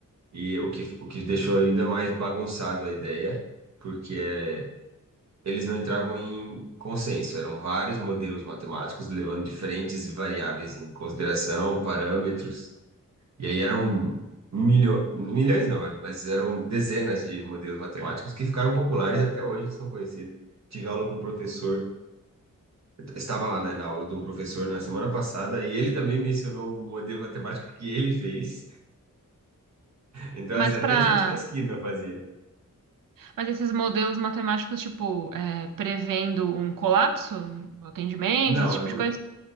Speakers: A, on the right; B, on the right.
A: E o que, o que deixou ainda mais bagunçado a ideia, porque é eles não entravam em consenso, eram vários modelos matemáticos levando diferentes variáveis em consideração, parâmetros, e aí eram milho... milhões, não, mas eram dezenas de modelos matemáticos que ficaram populares até hoje, são conhecidos. Tive aula com um professor, eu estava lá, né, na aula de um professor na semana passada, e ele também mencionou um modelo matemático que ele fez, então
B: Mas
A: assim, até
B: para
A: gente na esquina fazia.
B: Mas esses modelos matemáticos, tipo, é, prevendo um colapso do atendimento,
A: Não,
B: esse tipo
A: é muito
B: de coisa?